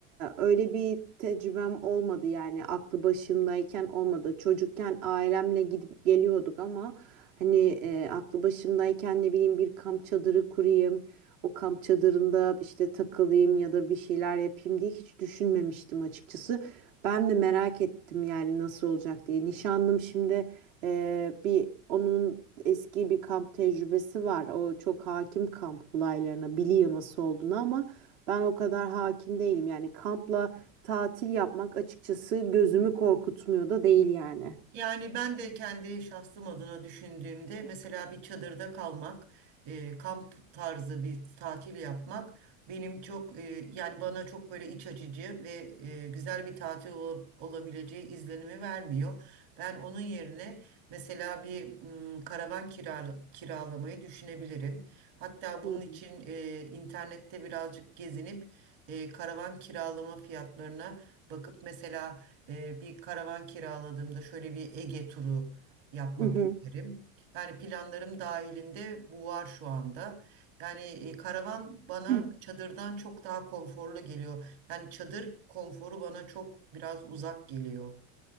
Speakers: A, on the right (about 70°); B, on the right (about 50°).
A: öyle bir tecrübem olmadı yani aklı başımdayken olmadı. Çocukken ailemle gidip geliyorduk ama hani e, aklı başımdayken ne bileyim bir kamp çadırı kurayım, o kamp çadırında işte takılayım ya da bir şeyler yapayım diye hiç düşünmemiştim açıkçası. Ben de merak ettim yani nasıl olacak diye. Nişanlım şimdi e, bir onun eski bir kamp tecrübesi var. O çok hakim kamp olaylarına biliyor nasıl olduğunu ama ben o kadar hakim değilim. Yani kampla tatil yapmak açıkçası gözümü korkutmuyor da değil yani.
B: Yani ben de kendi şahsım adına düşündüğümde mesela bir çadırda kalmak, e, kamp tarzı bir tatil yapmak benim çok e, yani bana çok böyle iç açıcı ve e, güzel bir tatil ola- olabileceği izlenimi vermiyor. Ben onun yerine mesela bir mm, karavan kiral- kiralamayı düşünebilirim. Hatta bunun
A: Hı
B: için e, internette birazcık gezinip e, karavan kiralama fiyatlarına bakıp mesela ee, bir karavan kiraladığımda şöyle bir Ege turu yapmak
A: hı.
B: isterim. Yani planlarım dahilinde bu var şu anda. Yani e, karavan bana
A: <clears throat>
B: çadırdan çok daha konforlu geliyor. Yani çadır konforu bana çok biraz uzak geliyor.